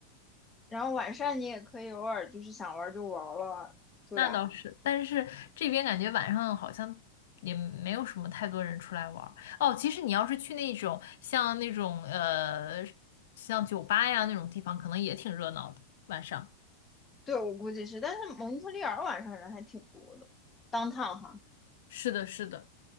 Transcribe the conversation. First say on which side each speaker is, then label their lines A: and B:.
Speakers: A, on the left; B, on the left.
A: 然后晚上你也可以偶尔就是想玩儿就玩儿了，对吧？
B: 那倒是，但是这边感觉晚上好像也没有什么太多人出来玩儿。哦，其实你要是去那种像那种呃，像酒吧呀那种地方，可能也挺热闹的晚上。
A: 对，我估计是，但是蒙特利尔晚上人还挺多的当趟哈，
B: 是的，是的，